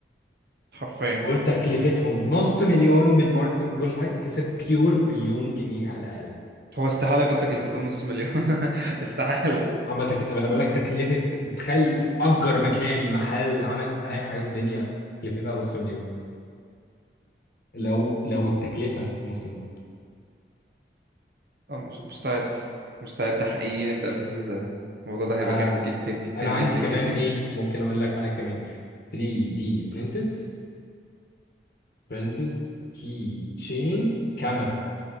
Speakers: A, on the right; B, on the left.
A: حرفيا
B: قلت تكلفتهم نص مليون بالماركتنج كل حاجه كسب بيور مليون جنيه على الاقل
A: هو استحالة كنت أكلفته من نص مليون <laughs> استحالة
B: اما تك... أما انا بقول لك تكلفه تخيل اجر مكان محل عمل اي حاجه في الدنيا تكلفتها نص مليون لو لو التكلفه نص مليون
A: أه، مش- مستعد مستعد حقيقي نبدأ بزنس زي ده الموضوع ده هيبقى
B: آه...
A: جامد جدا جدا
B: انا
A: جدا
B: عندي كمان
A: جدا
B: ايه ممكن اقول لك حاجه كمان 3D printed printed key chain كاميرا